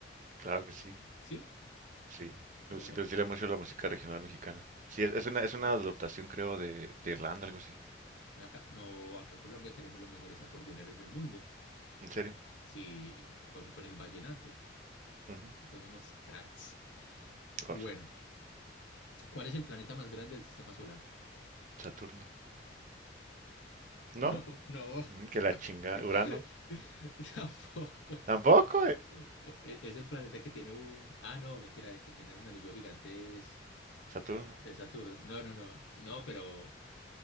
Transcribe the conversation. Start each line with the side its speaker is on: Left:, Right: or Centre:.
Right: Claro que sí.
Left: Sí.
Right: Sí. Le
Left: Oh,
Right: gusta- le gusta mucho la música regional mexicana. Sí, es, es una, es una adaptación, creo, de, de Irlanda, algo así.
Left: acá, no, acá en Colombia tenemos los mejores acordeoneros del mundo.
Right: ¿En serio?
Left: Sí, con, con el vallenato.
Right: Ujú.
Left: Son unos cracks.
Right: Rol,
Left: Bueno, ¿cuál es el planeta más grande del sistema solar?
Right: Saturno. ¿No?
Left: No, no,
Right: Mm, Que
Left: <laughs>
Right: la chinga. Urano.
Left: tampoco.
Right: Tampoco. eh,
Left: E- e- Es el planeta que tiene un... Ah, no, mentira, el que tiene un anillo gigante es,
Right: Saturno.
Left: es Saturno. No, no, no, no, pero,